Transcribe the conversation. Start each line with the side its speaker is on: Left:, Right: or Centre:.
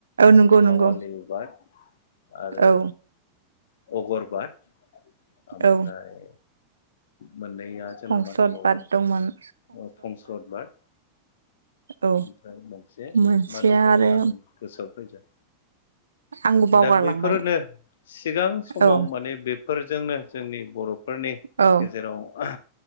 Right: नंगौ
Left: खावालि
Right: नंगौ
Left: बाद आरो
Right: औ
Left: अगरबाद ओमफ्राय
Right: औ
Left: मोननैया जोंना
Right: फंस्लद
Left: मा दंबावो
Right: बाद दंमोन
Left: ओ फंस्लद बाद।
Right: औ
Left: ओमफ्राय मोनसे
Right: मोनसेया
Left: मा दंबावोमोन
Right: आरो
Left: आं गोसोआव फैजोब
Right: आंबो बावगारलांबाय
Left: दा बेफोरनो सिगां समाव
Right: औ
Left: माने बे फोरजोंनो जोंनि बर'फोरनि
Right: औ
Left: गेजेराव